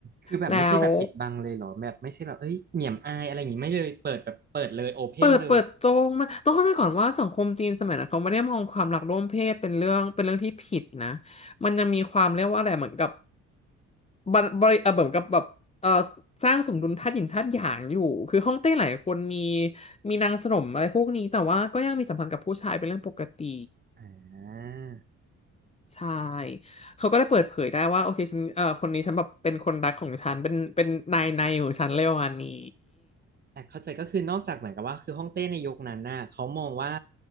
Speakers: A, on the right; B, on the left.
A: คือแบบไม่ใช่แบบปิดบังเลยเหรอแบบไม่ใช่แบบเอ้ยเหนี่ยมอายอะไรอย่างงี้ไม่เลยเปิดแบบเปิดเลยโอเพนเลย
B: แล้ว เปิดเปิดโจงมากต้องเข้าใจก่อนว่าสังคมจีนสมัยนั้นเขาไม่ได้มองความหลากร่วมเพศเป็นเรื่องเป็นเรื่องที่ผิดนะมันยังมีความเรียกว่าอะไรเหมือนกับบันบริเออเหมือนกับแบบเออสร้างสมดุลธาตุหยินธาตุหยางอยู่คือฮ่องเต้หลายคนมีมีนางสนมอะไรพวกนี้แต่ว่าก็ยังมีสัมพันธ์กับผู้ชายเป็นเรื่องปกติ
A: อ่า
B: ใช่เขาก็ได้เปิดเผยได้ว่าโอเคฉันเออคนนี้ฉันแบบเป็นคนรักของฉันเป็นเป็นนายในของฉันเลยประมาณนี้
A: แต่เข้าใจก็คือนอกจากเหมือนกับว่าคือฮ่องเต้ในยุคนั้นน่ะเขามองว่า